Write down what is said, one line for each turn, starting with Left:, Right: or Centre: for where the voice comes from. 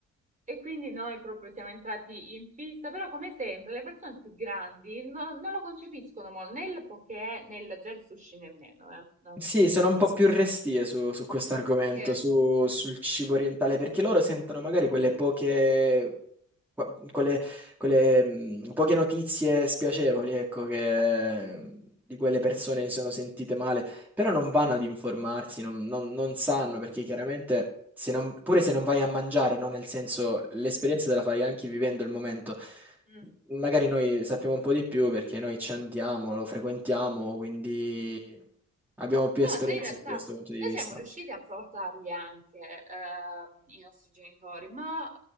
Right: e quindi noi proprio siamo entrati in fissa, però come sempre le persone più grandi no- non lo concepiscono molto, né il poké né il gel sushi nemmeno, eh, non lo
Centre: Sì,
Right: concepiscono
Centre: sono un po'
Right: molto.
Centre: più restie su, su questo argomento,
Right: Sì.
Centre: su- sul cibo orientale, perché loro sentono magari quelle poche qua- quelle, quelle, mh, poche notizie spiacevoli, ecco, che di quelle persone si sono sentite male, però non vanno ad informarsi, non, non- non sanno, perché chiaramente se non- pure se non vai a mangiare, no? Nel senso, l'esperienza te la fai anche vivendo il momento.
Right: Mm.
Centre: Magari noi sappiamo un po' di più perché noi ci andiamo, lo frequentiamo, quindi abbiamo più
Right: No,
Centre: esperienza
Right: ma sai, in realtà
Centre: da questo punto di
Right: noi
Centre: vista.
Right: siamo riusciti a portarli anche ehm, i nostri genitori, ma